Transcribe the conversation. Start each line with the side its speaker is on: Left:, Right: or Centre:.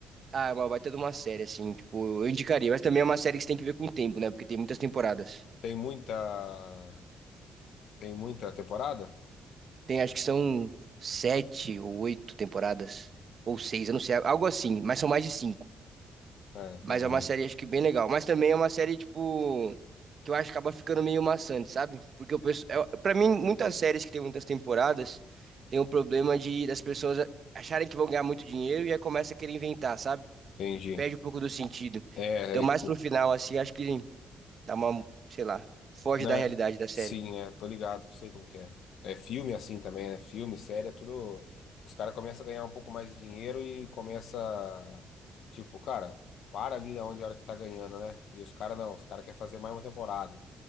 Right: Ah, é uma baita de uma série, assim, tipo, eu indicaria, mas também é uma série que você tem que ver com o tempo, né? Porque tem muitas temporadas.
Left: Tem muita. Tem muita temporada?
Right: Tem, acho que são sete ou oito temporadas, ou seis, eu não sei, algo assim, mas são mais de cinco.
Left: É, entendi.
Right: Mas é uma série, acho que bem legal. Mas também é uma série, tipo, que eu acho que acaba ficando meio maçante, sabe? Porque o pessoal. é- Pra mim, muitas séries que tem muitas temporadas tem o problema de das pessoas acharem que vão ganhar muito dinheiro e aí começa a querer inventar, sabe?
Left: Entendi.
Right: Perde um pouco do sentido.
Left: É,
Right: Então, mais
Left: é.
Right: pro final, assim, acho que dá uma, sei lá, foge
Left: Na...
Right: da realidade da série.
Left: Sim, é, tô ligado, sei como que é. É filme assim também, né? Filme, série, é tudo. Os caras começam a ganhar um pouco mais de dinheiro e começa, tipo, cara, para ali onde a hora que tá ganhando, né? E os caras não, os caras querem fazer mais uma temporada.